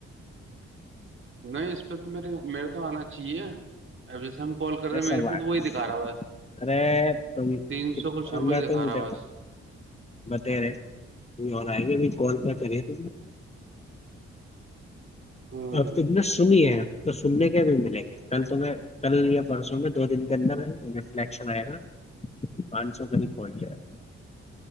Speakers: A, on the right; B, on the left.
A: نہیں اس پہ تو مے میرے تو آنا چاہیے اب جیسے ہم کال کر
B: ویسا
A: رہے میرے
B: ہوا
A: پہ
B: ہے
A: تو وہی دکھا رہا بس
B: ارے تم
A: تین سو کچھ روپئے
B: میں
A: ہی دکھا
B: تم
A: رہا بس
B: بتے رہے ابھی اور آئ گے بھی کال کیا کریے ت
A: ہوں
B: اپ تو اتنا سنیےپ تو سننے کے بھی ملیں گے کل تو کل یا پرسوں میں دو دن کے اندر رفلیکشن آئے گا پانچ سو قریب پہنچ جائے گا